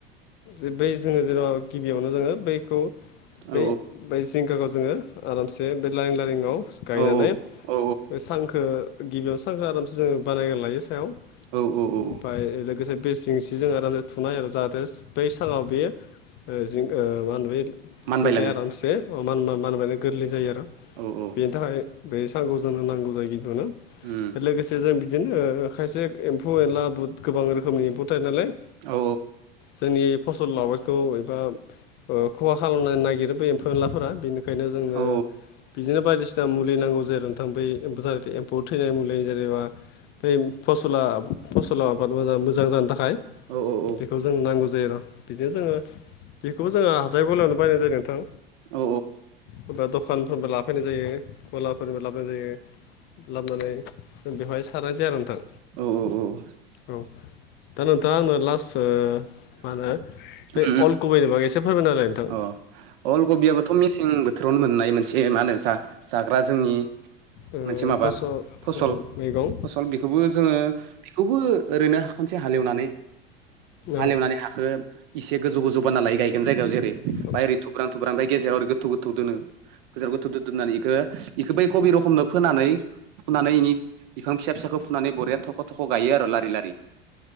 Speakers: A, on the left (about 40°); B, on the right (about 60°).
A: ओ बै जोङो जेन'बा गिबियावनो जोङो बैखौ बै
B: औ
A: बै जिंखाखौ जोङो आरामसे बे लारिं लारिंआव गायनानै
B: औ औ
A: बे सांखो गिबियाव सांखो आरामसे जोङो बानायग लायो सायाव
B: औ औ
A: ओमफ्राय लोगोसे बे जिंसिजों आराम जाहाथे बै साहाव बेयो ओ जे मा होनो बे
B: मानबायलाङो
A: जिंखाया आरामसे मा-मानबायानो गोरलै जायो आरो
B: औ औ
A: बेनि थाखाय बे साखौ जोंनो नांगौ जायो गिबियावनो
B: हम
A: लोगोसे जों बिदिनो ओ खायसे एम्फौ-एनला बु गोबां रोखोमनि एम्फौ थायो नालाय
B: औ
A: जोंनि पसल आबाद एबा ओ खहा खालामनो नागिरो बे एम्फौ-एनलाफोरा बेनिखायनो जोङो
B: औ
A: बायदिसिना मुलि नांगौ जेरै नोंथां बे एम्फौआव थैनाय मुलि जेनबा बे फसला फसल आबाद मोजां जानो थाखाय
B: औ औ
A: बेखौ जोंनो नांगौ जायो र बिदिनो जोङो बेखौबो जोङो हाथाय गलायावनो बायनाय जायो नोंथां।
B: औ
A: बेबा दखानफोरनिबो लाफैनाय जायो गलाफोरनिबो लाबोनाय जायो। लाबोनानै बेवहाय सारनानै जाया नोंथां।
B: औ औ औ
A: औ दा नोंथाङा आंनो लास ओ मा होनो बे
B: उम
A: अल गुबिनि बागै एसे फोरमाय होलाय नोंथां
B: अ अल कबियाबोथ' मेसें बोथोरावनो मोननाय मोनसे जा-जाग्रा जोंनि
A: ओ
B: मोनसे माबा
A: फार्स्टआव
B: फसल
A: मैगं
B: फसल बेखौबो जोङो बेखौबो ओरैनो खनसे हालेवनानै हालेवनानै
A: औ
B: हाखौ इसे गोजौ गोजौ बानायना लागोन गायगोन जायगायाव जेरै ओमफ्राय
A: औ नोंथां
B: ओरै थुब्रां थुब्रां ओमफ्राय गेजेराव ओरै गोथौ गोथौ दोनो गेजेराव गोथौ गोथौ दोन्नानै बेखौ बेखौ बै कबि रखमनो फोनानै फुनानै इनि बिफां फिसा फिसाखौ फुनानै बरिया थख' थख' गायो आरो लारि लारि